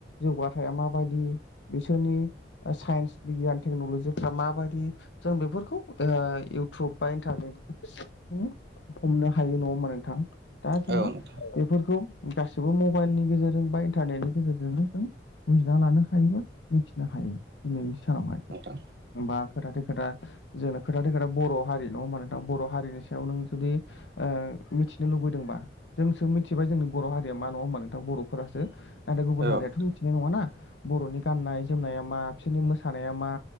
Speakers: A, on the left; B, on the right.
A: जौगाथाया माबायदि बिसोरनि साइन्स बिगियान टेक्न'लजिफ्रा माबायदि? जों बेफोरखौ ओ इउटुब बा इन्टारनेटनि गेजेर हमनो हायो नङा होमबा नोंथां? दा जोङो
B: औ नोंथां
A: बेफोरखौ गासिबो मबाइलनि गेजेरजों बा इन्टारनेटनि गेजेरजोंनो जों बुजिना लानो हायोबा मिथिनो हायो दिनैनि सानावहाय।
B: औ
A: बा खोथाथो खोथा जोंनो खोथाथो खोथा बर' हारि नङा होमबा नोंथां बर' हारिनि सायाव नों जुदि ओ मिथिनो लुबैदोंबा जोंसो मिथिबाय जोंनि बर' हारिया मा नङा होमबा नोंथां बर'फोरासो नाथाय
B: औ
A: गुबुन हारियाथ' मिथिनाय नङाना बर'नि गाननाय जोमनाया मा बिसोरनि मोसानाया मा?